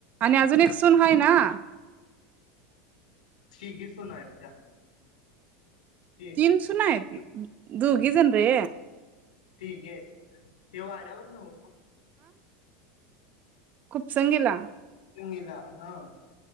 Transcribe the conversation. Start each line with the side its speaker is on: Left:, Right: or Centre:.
Right: आणि आजून एक सून हाय ना <inaudible>
Left: तीघी सुना आहेत त्या ती
Right: तीन सुना
Left: तिघी
Right: येत दोघी जण रे
Left: तिघी येत हे वाड्यावर नव
Right: खूपसंगीला
Left: <unintelligible> हा-